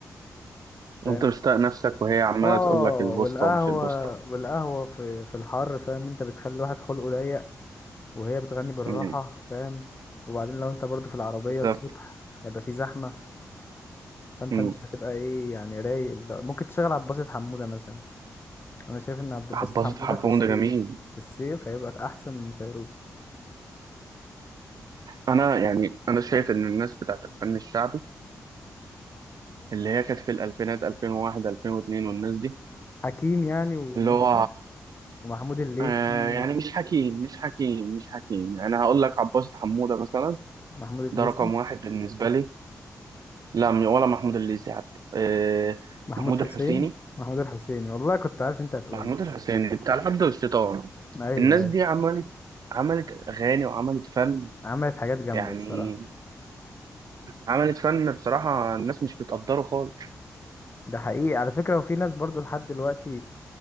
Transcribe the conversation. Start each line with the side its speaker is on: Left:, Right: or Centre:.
Left: فاهم
Right: أنت مشتاق نفسك وهي عمالة
Left: اه
Right: تقول لك البوسطة
Left: والقهوه
Right: ومش البوسطة
Left: والقهوه في في الحر فاهم انت بتخلي الواحد خلقه ضيق وهي بتغني بالراحه
Right: مم.
Left: فاهم وبعدين لو انت برضو في العربيه
Right: بالظبط
Left: الصبح هيبقى في زحمه فانت
Right: مم.
Left: مش هتبقى ايه يعني رايق لا، ممكن تشغل عبد الباسط حموده مثلا انا شايف ان عبد الباسط
Right: حبوش
Left: حموده
Right: حبهم
Left: في الصيف
Right: ده جميل
Left: في الصيف هيبقى احسن من فيروز
Right: انا يعني انا شايف ان الناس بتاعت الفن الشعبي اللي هي كانت في الالفينات 2001 2002 والناس دي
Left: حكيم يعني والناس-
Right: اللي هو
Left: ومحمود الليثي
Right: آه يعني مش حكيم مش حكيم مش حكيم يعني انا هقول لك عباس حمودة مثلا
Left: محمود الليثي
Right: ده رقم واحد بالنسبة لي لا م- ولا محمود الليثي حتى آه
Left: محمود
Right: محمود
Left: حسين
Right: الحسيني
Left: محمود الحسيني والله كنت عارف انت هتقول
Right: محمود الحسيني بتاع العبد والشيطان
Left: ايوه
Right: الناس
Left: ايوه
Right: دي عملت عملت اغاني وعملت فن
Left: عملت حاجات جامده
Right: يعني
Left: الصراحه
Right: عملت فن بصراحة الناس مش بتقدره خالص
Left: ده حقيقي على فكره وفي ناس برضو لحد دلوقتي